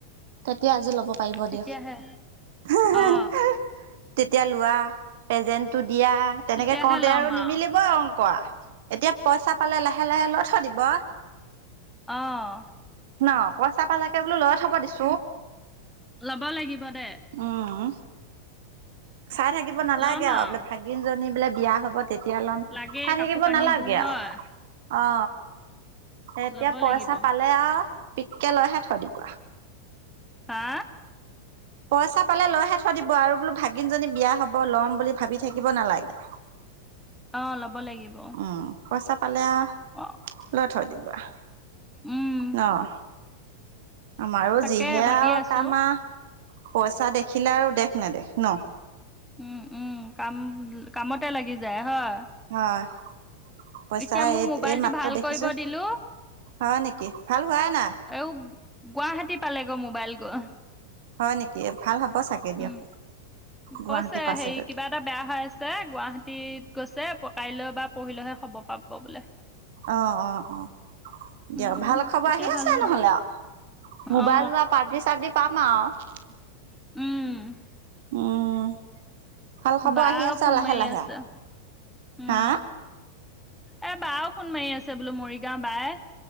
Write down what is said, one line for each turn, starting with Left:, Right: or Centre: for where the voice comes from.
Right: এতিয়া আজি ল'ব পাৰিব
Centre: তেতিয়াহে
Right: দিয়ক হে হে
Centre: অ
Right: হে তেতিয়া লোৱা পেজেন্টটো দিয়া তেনেকে
Centre: তেতিয়াহে
Right: কওঁতে
Centre: ল'ম
Right: আৰু নিমিলিব
Centre: আও
Right: অংক কৰা এতিয়া পইচা পালে লাহে লাহে লৈ থৈ দিব
Centre: অহ
Right: ন পইচা পালে কে বুলো লৈ থব দিছো
Centre: লব লাগিব দে
Right: উম চাই থাকিব নালাগে
Centre: ল'ম
Right: আৰু
Centre: আও
Right: বোলে ভাগিন জনী বোলে বিয়া হব তেতিয়া লম
Centre: লাগেই
Right: চাই
Centre: কাপোৰ
Right: থাকিব
Centre: কানিবোৰ
Right: নালাগে
Centre: হয়
Right: আও অ এতিয়া
Centre: ল'ব
Right: পইচা
Centre: লাগিব
Right: পালে আও পিককে লৈহে থৈ দিব
Centre: হা
Right: পইচা পালে লৈ হে থয় দিব আৰু বোলো ভাগিন জনী বিয়া হব ল'ম বুলি ভাবি থাকিব নালাগে
Centre: অ ল'ব লাগিব
Right: উম পইচা পালে আও
Centre: অ
Right: লৈ থৈ দিব আও
Centre: উম
Right: নহ আমাৰো
Centre: তাকে
Right: যিহে
Centre: ভাবি
Right: আৰু
Centre: আছো
Right: কাম আ পইচা দেখিলে আৰু দেখ নেদেখ ন
Centre: উম উম কাম কামতে লাগি যায় হয়
Right: হয় পইচা
Centre: এতিয়া মোৰ
Right: এই
Centre: মোবাইলটো
Right: এই মাত্ৰ
Centre: ভাল
Right: দেখিছো
Centre: কৰিব দিলো
Right: হয় নিকি ভাল হোৱাই নাই
Centre: এও গুৱাহাটী পালেগৈ মোবাইল গৈ
Right: হয় নিকি ভাল হ'ব চাগে দিয়ক
Centre: উম
Right: গুৱাহাটী
Centre: কৈছে
Right: পাছেগৈ
Centre: হেৰি কিবা এটা বেয়া হৈ আছে গুৱাহাটীত গৈছে কাইলৈ বা পৰহি লেহে খবৰ পাব বোলে
Right: অ অ অ
Centre: উম
Right: দিয়ক ভাল খবৰ
Centre: তেতিয়া
Right: আহি
Centre: ভাল
Right: আছে
Centre: হ'ব
Right: নহ'লে আৰু মোবাইল
Centre: অ
Right: লোৱা পাৰ্টি চাৰ্টি পাম আৰু
Centre: উম
Right: উম ভাল খবৰ
Centre: বাও
Right: আহি আছে
Centre: ফোন
Right: লাহে
Centre: মাৰি
Right: লাহে
Centre: আছে
Right: আও
Centre: উম
Right: হা
Centre: এ বাও ফোন মাৰি আছে বোলো মৰিগাঁও বায়ে